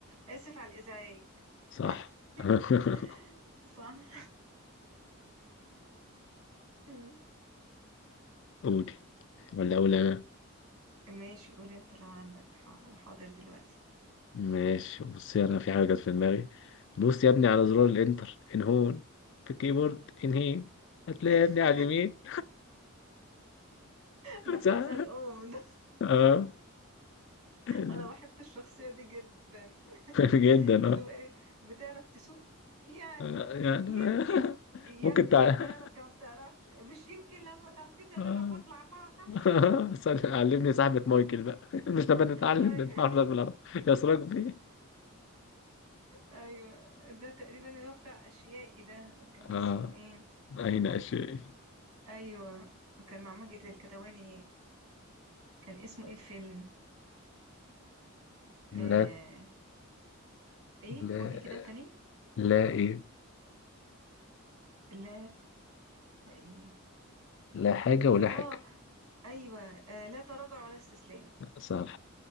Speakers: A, on the right; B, on the left.
A: آسف على الإزعاج
B: صح
A: <laughs>
B: <laughs>
A: صح مم.
B: قولي ولا أقول أنا
A: ماشي قول انت لو عندك ح- وحاضر دلوقتي
B: ماشي بصي انا في حاجه جت في دماغي بص يا ابني على زرار الانتر ان هون في الكيبورد ان هي هتلاقي
A: <laughs>
B: يا ابني على اليمين
A: ده
B: <laughs> صح
A: حزلقوم ده
B: اه <laughs>
A: انا بحب الشخصية دي جدا
B: جدا
A: اللي
B: اه
A: هو ايه بتعرف تسوق يعني
B: آه، يعني
A: يمكن يا
B: <laughs> ممكن
A: ابني
B: تع...
A: يا بتعرف يا ما بتعرفش مش يمكن لما لو جيت اجرب
B: آه.
A: اطلع بعرف
B: <laughs> صل- علمني صاحبة مايكل بقى <laughs> مش لما نتعلم
A: <laughs> ايوه
B: نتعرف بالعربي يا سراج بيه.
A: ايوه ده تقريبا اللي هو بتاع اشيائي ده كان
B: <laughs> اه
A: اسمه ايه
B: أين أشياء
A: ايوه كان مع ماجد الكدواني كان اسمه ايه الفيلم
B: لا
A: آه... ايه
B: لا
A: قولي كده تاني
B: لا إيه
A: لا لا ايه
B: لا حاجة ولا
A: لا-
B: حاجة
A: اه ايوه آه... لا تراجع ولا استسلام
B: صح